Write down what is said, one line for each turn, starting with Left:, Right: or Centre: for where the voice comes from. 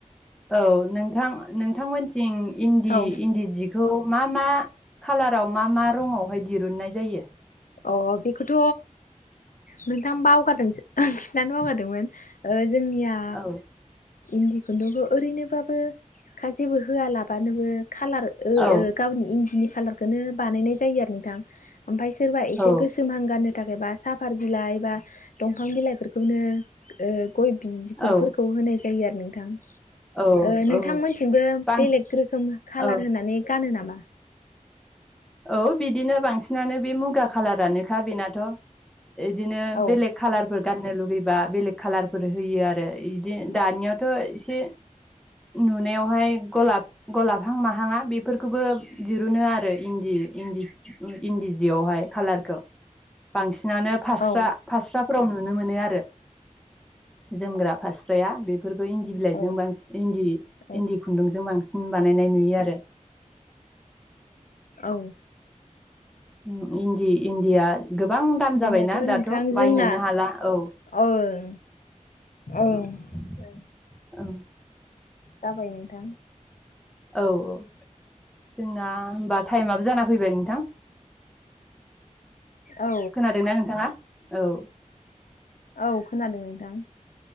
Centre: औ नोंथां आ नोंथांमोन थि थिं इन्दि
Left: औ
Centre: इन्दि जिखौ मा मा खालाराव मा मा रङावहाय दिरुुननाय जायो
Left: अ बेखौथ' नोंथां बाव दोंसो ओह खिन्थानो बावगारदोंमोन ओ जि जोंनिया
Centre: औ
Left: इन्दि खुन्दुंखौ ओरैनोबाबो खा जेबो होआलाबानोबो खालार ओ
Centre: औ
Left: ओ गावनि इन्दिनि खालारखोनो बानायनाय जायो आरो नोंथां ओमफ्राय एसे
Centre: औ
Left: गोसोम हां गा फाननो थाखाय बा साफार बिलाइ बा दंफां बिलाइफोरखौनो ओ गय बिगुरफोरखौ
Centre: औ
Left: होनाय जायो आरो नों थां
Centre: औ
Left: ओ नोंथांमोनथिंबो
Centre: औ बां
Left: बेलेग रोखोम खालार
Centre: औ
Left: होननानै गानो नामा <unintelligible>
Centre: औ बिदिनो बांसिनानो बे मुगा खाालारानोखा बेनाथ' इदिनो
Left: औ
Centre: बेलेग खालारफोर गाननो लुुगैबा बेलेग खालारफोर होयो आरो इदि दानियावथ' एसे नुनायावहाय गलाब गलाबहां माहाङा बेफोरखौबो दिरुनो आरो इन्दि इन्दि ओ इन्दि जियावहाय खाालारखौ बांसिन सिनानो फास्रा‌
Left: औ
Centre: फास्रा फोराव नुनो मोनो आरो जोमग्रा फारस्राया बेफ फोरखो इन्दि बिलाइजों
Left: औ
Centre: बांसिन इन्दि
Left: औ
Centre: इन्दि खुन्दुंजों बांसिन सिन बानायनाय नुयो आरो
Left: औ
Centre: ओम इन्दि इन्दिया गोबां दाम
Left: होमबाथ'
Centre: जाबायना दाथ'
Left: नोंथां
Centre: बायनोनो
Left: जोंना
Centre: हाला औ
Left: ओं ओं
Centre: अ
Left: ओ
Centre: औ
Left: जाबाय नोंथां
Centre: औ औ जोंना होमबा थाइमाबो जाना फैबाय नोंथां
Left: औ
Centre: खोनादोंना नोंथाङा औ
Left: औ खोनादों नोंथां